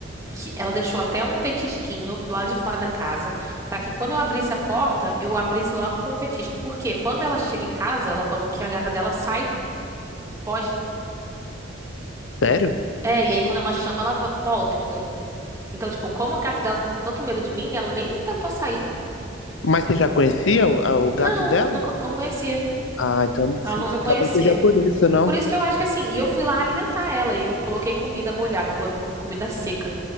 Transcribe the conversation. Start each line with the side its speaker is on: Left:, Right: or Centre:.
Right: que ela deixou até um petisquinho do lado de fora da casa, pra que quando eu abrisse a porta, eu abrisse logo com um petisco. Porque quando ela chega em casa, ela falou que a gata dela sai, foge.
Left: sério?
Right: É, e aí quando ela chama, ela vo- volta, entendeu? Então, tipo, como a gata dela tava com tanto medo de mim, ela nem tentou sair.
Left: Mas você já conhecia o, a- o gato
Right: Não,
Left: dela?
Right: nunca, não conhecia.
Left: Ah, então
Right: Ela
Left: se-
Right: não me conhecia.
Left: talvez seja por isso, não?
Right: Por isso que eu acho que assim, e eu fui lá alimentar ela, e eu coloquei comida molhada, coloquei co- comida seca.